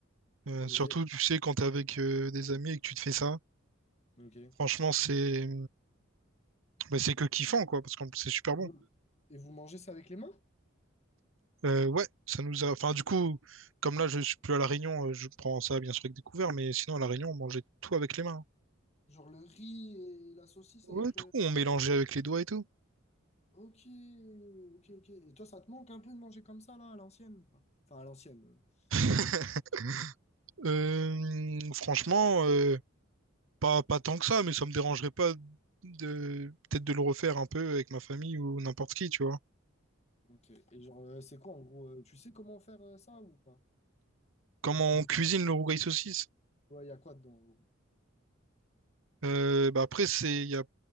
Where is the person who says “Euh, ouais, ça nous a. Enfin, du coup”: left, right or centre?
Right